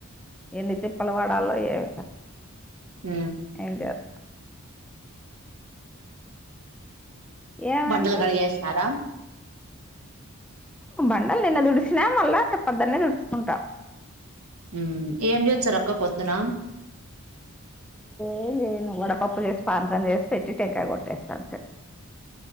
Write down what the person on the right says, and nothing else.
ఊ
బండలు కడిగేసినారా
హు ఏం చేస్తురు అక్క పొద్దు పొద్దున